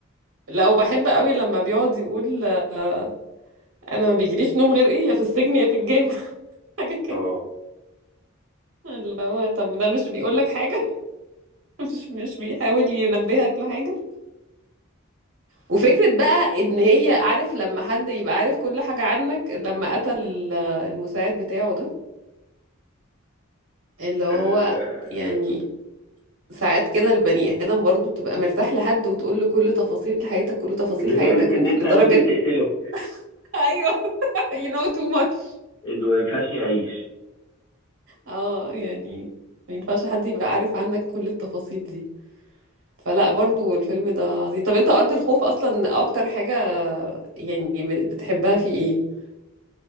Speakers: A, on the right; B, on the left.
A: لا وبحب قوي لما بيقعد يقول آه، انا ما بيجيليش نوم غير ايه يا في السجن يا في الجامع <laughs> حاجة كده
B: اه
A: اللي هو طب ده مش بيقول لك حاجة <laughs> مش مش بيحاول ينبهك لحاجة وفكرة بقى ان هي عارف لما حد يبقى عارف كل حاجة عنك لما قتل ال- المساعد بتاعه ده اللي هو
B: آه،
A: يعني ساعات كده البني آدم برضو بتبقى مرتاح لحد وتقول له كل تفاصيل حياتك كل تفاصيل
B: لدرجة
A: حياتك
B: ان
A: ولدرجة
B: انت لازم تقتله
A: <laughs> ايوه <laughs> you know too much
B: انه ما ينفعش يعيش
A: اه يعني ما ينفعش حد يبقى عارف عنك كل التفاصيل دي فلا برضو الفيلم ده عظيم طب انت أرض الخوف أصلا أكتر حاجة يعني بت- بتحبها في ايه